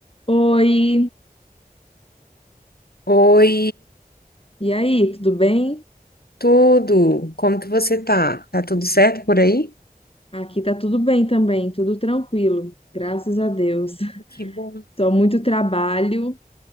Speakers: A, on the left; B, on the left.
A: Oi,
B: Oi,
A: e aí, tudo bem?
B: tudo? Como que você tá? Tá tudo certo por aí?
A: Aqui tá tudo bem também, tudo tranquilo, graças a Deus. <laughs>
B: Que bom.
A: Só muito trabalho